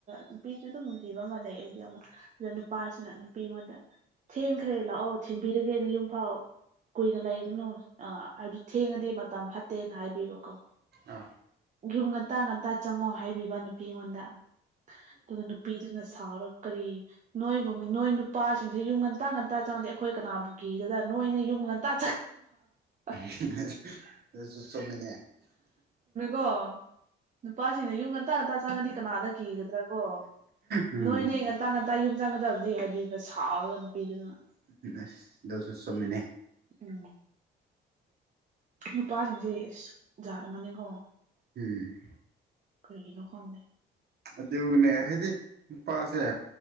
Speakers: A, on the right; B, on the right.
A: ꯅꯨꯄꯤꯁꯨ ꯑꯗꯨꯝ ꯅꯨꯡꯁꯤꯕ ꯑꯃ ꯂꯩ ꯑꯗꯨ ꯑꯃ ꯑꯗꯨꯗ ꯅꯨꯄꯥꯁꯤꯅ ꯅꯨꯄꯤ ꯑꯩꯉꯣꯟꯗ ꯊꯦꯡꯈ꯭ꯔꯦ ꯂꯥꯛꯑꯣ ꯊꯤꯟꯕꯤꯔꯒꯦ ꯅꯥꯌꯨꯝꯐꯥꯎ ꯀꯨꯏꯅ ꯂꯩꯒꯅꯨ ꯑꯥ ꯍꯥꯏꯕꯗꯤ ꯊꯦꯡꯉꯗꯤ ꯃꯇꯝ ꯐꯠꯇꯦꯅ ꯍꯥꯏꯕꯤꯕꯀꯣ
B: ꯑꯥ
A: ꯌꯨꯝ ꯉꯟꯇꯥ ꯉꯟꯇꯥ ꯆꯪꯉꯣ ꯍꯥꯏꯕꯤꯕ ꯅꯨꯄꯤ ꯑꯩꯉꯣꯟꯗ ꯑꯗꯨꯒ ꯄꯤꯗꯨꯅ ꯁꯥꯎꯔꯒ ꯀꯔꯤ ꯅꯣꯏꯒꯨꯝ ꯅꯣꯏ ꯅꯨꯄꯥꯁꯤꯡꯁꯦ ꯌꯨꯝ ꯉꯟꯇꯥ ꯉꯟꯇꯥ ꯆꯪꯉꯗꯦ ꯑꯩꯈꯣꯏ ꯀꯅꯥꯕꯨ ꯀꯤꯒꯗꯥ ꯅꯣꯏꯅ ꯌꯨꯝ ꯇꯥ <unintelligible>
B: <unintelligible> ꯆꯨꯃꯦꯅꯦ
A: ꯀꯣ ꯅꯨꯄꯥꯁꯤꯡꯅ ꯌꯨꯝ ꯉꯟꯇꯥ ꯉꯇꯥ ꯆꯪꯉꯗꯤ ꯀꯅꯥꯗ ꯀꯤꯒꯗ꯭ꯔ ꯀꯣ
B: ꯎꯝ
A: ꯅꯣꯏꯅꯦ ꯉꯟ ꯉꯇꯥ ꯉꯟꯇꯥ ꯌꯨꯝ ꯆꯪꯒꯗꯕꯗꯤ ꯍꯥꯏꯕꯤꯕ ꯁꯥꯎꯔꯒ ꯅꯨꯄꯤꯗꯨꯅ
B: <unintelligible> ꯗꯣꯁꯨ ꯆꯨꯝꯃꯦꯅꯦ
A: <inaudible> ꯅꯨꯄꯥꯁꯤꯡꯁꯦ ꯏꯁ ꯖꯥꯠ ꯑꯃꯅꯤꯀꯣ
B: ꯎꯝ
A: ꯀꯩꯒꯤꯅꯣ ꯈꯪꯗꯦ
B: ꯑꯗꯨꯅꯦ ꯍꯥꯏꯗꯤ ꯅꯨꯄꯥꯁꯦ